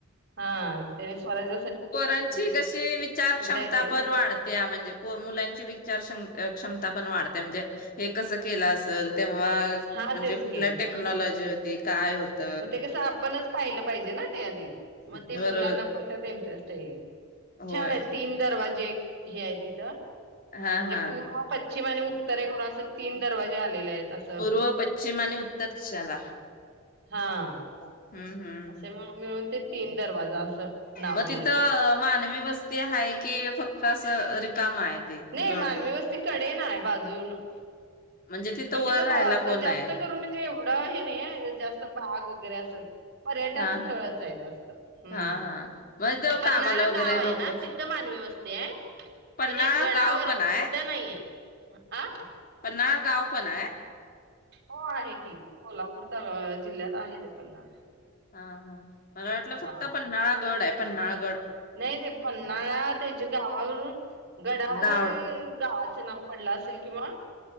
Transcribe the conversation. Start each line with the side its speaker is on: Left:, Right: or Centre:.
Right: हा त्याने स्वराज्या
Left: पोरांची कशी विचार क्षमता
Right: येते ना
Left: पण वाढते त्या म्हणजे मुलांची विचार क्षमता पण वाढते म्हणजे हे कस केलं असेल म्हणजे
Right: हा तेच
Left: कुठल्या
Right: की हम्म
Left: टेक्नॉलॉजी होती काय होत
Right: मग ते कसं आपणच पाहिलं पाहिजे ना ते आधी मग
Left: बरोबर
Right: मुलाना पण इंटरेस्ट येईल
Left: होय
Right: छान आहेत तीन दरवाजे े हे आहे तिथं म्हणजे
Left: हा हा
Right: पूर्व प पश्चिम आणि उत्तरे कोणा अस तीन दरवाजे आले आहेत तस
Left: पूर्व पश्चिम आणि उत्तर दिशाला
Right: हा
Left: हम्म हम्म
Right: असे म मिळून ते तीन दरवाजा. असं नाव
Left: मग
Right: दिलंय
Left: तिथं मानवी वस्ती हाय की फक असं रिकामं आहे. ते
Right: नाही
Left: गड
Right: मनावी वस्ती कडेन आहे बाजूनं.
Left: म्हणजे
Right: पण
Left: वर
Right: तिथं
Left: राहायला
Right: आता
Left: कोण
Right: जास्त
Left: आहे
Right: करून म्हणजे एवढ हे नाही जास्त बाग वगैरे असंच. पर्यटन
Left: हा
Right: स्थळच आहे जास्त हम्
Left: हा हा मग ते
Right: पन्हाळा
Left: कामाला वगैरे
Right: गाव आहे
Left: लोक
Right: ना तिथं मानवी वस्ती आहे,
Left: पन्हाळा
Right: पण एक गडावर
Left: गाव पण आहे
Right: तिथं नाहीय. ह आ
Left: पन्हाळा गाव पण आहे.
Right: हो आहे की कोल्हापूर त अ जिल्ह्यात आहे ते पन्हाळा.
Left: हा हा मला वाटलं फक्त
Right: हा
Left: पन्हाळागड आहे. पन्हाळागड.
Right: नाही ते पन्हाळा त्याच्या गावावरून गडावरून
Left: नाव
Right: गावाच नाव पडलं असेल किंवा,